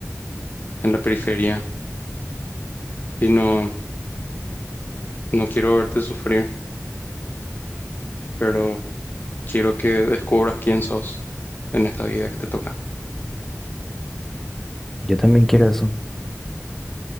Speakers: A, on the left (about 40°); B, in the centre.
A: en la periferia, y no, no quiero verte sufrir, pero Quiero que descubras quién sos en esta vida que te toca.
B: Yo también quiero eso